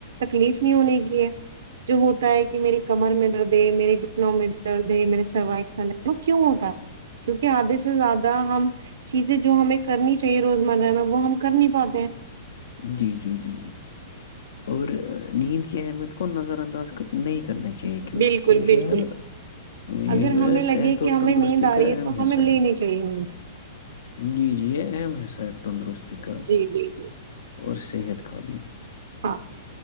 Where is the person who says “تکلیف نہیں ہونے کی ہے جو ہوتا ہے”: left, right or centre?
Right